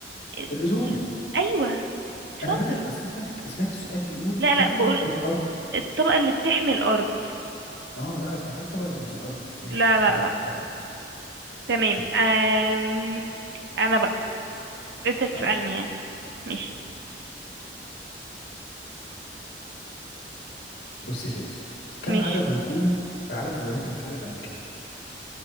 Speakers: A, on the right; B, on the left.
A: ال-
B: الأوزون
A: ال- ايوه شاطر
B: انا فاكر اصل أنا سمعت سمعت السؤال بيقول
A: لا
B: طبقه
A: لا بقول
B: في الارض
A: الطبقة اللي بتحمي الارض
B: اه لا انا سمعتها الطبقه اللي في الارض ماشي
A: لا لا
B: تمام
A: لا
B: فاهم
A: تمام
B: تمام
A: أم... انا بقى انت تسألني
B: اه
A: يعني مش
B: بص يا ستي كم
A: مش
B: عدد نجوم في عالم الولايات المتحده الامريكيه